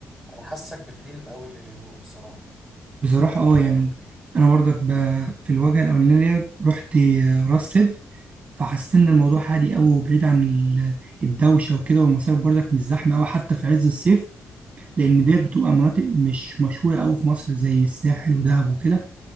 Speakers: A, in the centre; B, on the right.
A: انا حاسك بتميل قوي للهدوء بصراحة
B: بصراحة
A: من
B: اه
A: كلامك
B: يعني أنا برضك ب... في الوجهة الأولانية رحت آه، راس سدر فحسيت إن الموضوع هادي أوي وبعيد عن ال- الدوشة وكده والمصايف برضك مش زحمة أوي حتى في عز الصيف لأن ديت بتبقى مناطق مش مشهورة أوي في مصر زي الساحل ودهب وكده